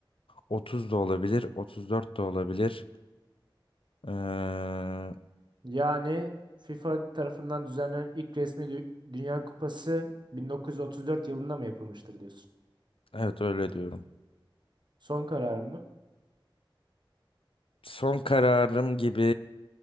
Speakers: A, on the left; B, on the right.
A: 30 da olabilir, 34 de olabilir. Ee,
B: Yani FIFA tarafından düzenlenen ilk resmi dü- Dünya Kupası 1934 yılında mı yapılmıştır diyorsun?
A: evet öyle diyorum.
B: Son kararım mı?
A: Son kararım gibi